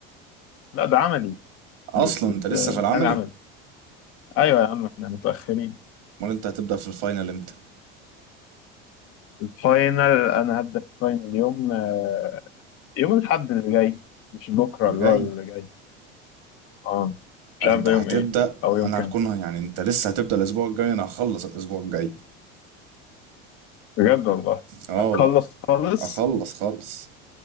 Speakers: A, on the left; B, on the right.
A: لا ده عملي
B: اصلا
A: بت-
B: انت لسه
A: بتعمل
B: في العملي
A: عملي ايوه يا عم احنا متأخرين
B: امال انت هتبدأ في الفاينل امتى
A: الفاينل انا هبدأ الفاينل يوم آه، يوم الاحد اللي جاي مش بكره
B: اللي
A: اللي
B: جاي
A: هو اللي جاي اه مش
B: انت
A: عارف ده
B: هتبدأ
A: يوم ايه او يوم
B: انا
A: كام
B: هكون يعني انت لسه هتبدأ الاسبوع الجاي انا هخلص الاسبوع الجاي
A: بجد والله
B: اه
A: هتخلص
B: والله
A: خالص
B: اخلص خالص